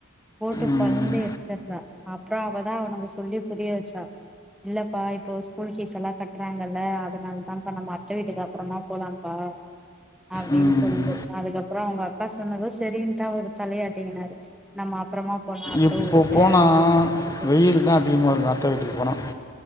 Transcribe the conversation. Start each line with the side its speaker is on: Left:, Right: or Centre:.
Centre: போட்டு
Left: ம்,
Centre: பொழந்து எடுத்துறா அப் அப்புறோ அவதா அவனுக்கு சொல்லி புரியவச்சா இல்லப்பா இப்போ ஸ்கூல் பீஸ் எல்லாம் கட்றாங்கல்ல அதனால தான் இப்ப நம்ம அத்த வீட்டுக்கு அப்புறமா போலாம்பா அப்படின்
Left: ம்.
Centre: சொல்லுது அதுக்கப்புறோ அவங்க அத் அக்கா சொன்னதோ சரின்டு அவரு தலைய ஆட்டகினாரு நம்ம அப் அப்புறமா போலா அத்த
Left: இப்போ
Centre: ஊருக்கு
Left: போனால்
Centre: அப்டின் சொல்லிட்டு
Left: வெயில் தான் அதிகமாக இருக்கு அத்த வீட்டுக்கு போனா